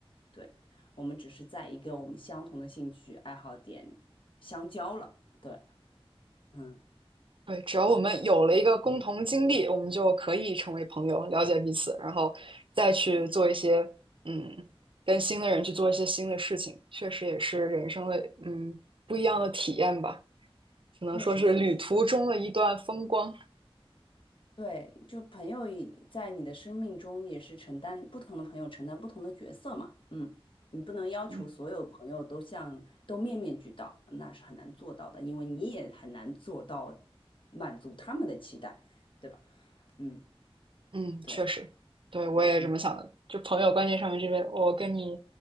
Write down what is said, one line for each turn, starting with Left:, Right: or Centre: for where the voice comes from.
Left: 对，我们只是在一个我们相同的兴趣爱好点相交了，对。嗯
Right: 对，只要我们有了一个共同经历，我们就可以成为朋友，了解彼此，然后再去做一些，嗯，跟新的人去做一些新的事情，确实也是人生的，嗯，不一样的体验吧，只能说是旅途中的一段风光。
Left: 确实，确实，对，就朋友也在你的生命中也是承担不同的朋友承担不同的角色嘛，嗯，你不能要求所有朋友都像都面面俱到，
Right: 嗯
Left: 那是很难做到的，因为你也很难做到满足他们的期待，对吧？嗯，
Right: 嗯，
Left: 对，
Right: 确实，对，我也这么想的。
Left: 嗯，
Right: 就朋友观念上面这边，我跟你，